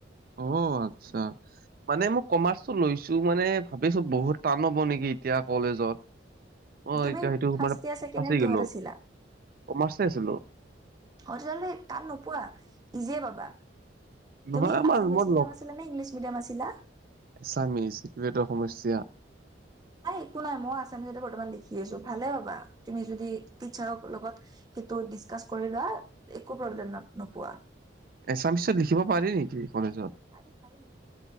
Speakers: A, on the right; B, on the right.
A: ঔ আচ্ছা। মানে মই কমাৰ্চটো লৈছো মানে ভাবিছো বহুত টান হ'ব নেকি এতিয়া কলেজত। অ',
B: তুমি
A: এতিয়া
B: ফাৰ্ষ্ট
A: সেইটো মানে
B: ইয়েৰ ছেকেণ্ড
A: ফাঁচি
B: ইয়েৰ
A: গ'লো
B: কিহত আছিলা?
A: কমাৰ্চে আছিলো।
B: অঁ তেতিয়া হলে টান নোপোৱা ইজিয়ে পাবা।
A: নহয়
B: তুমি
A: আমাৰ
B: আছামিছ
A: মোৰ
B: মিডিয়াম আছিলা নে ইংলিছ মিডিয়াম আছিলা?
A: এছামিচ সেইটোৱেটো সমস্যা।
B: নাই একো নাই মইও আছামিচতে বৰ্তমান লিখি আছো ভালে পাবা তুমি যদি টিচাৰক লগত কিন্তু ডিচকাচ কৰিবা একো প্ৰব্লেম ন নোপোৱা।
A: এছামিচত লিখিব পাৰি নেকি কলেজত?
B: পাৰি পাৰি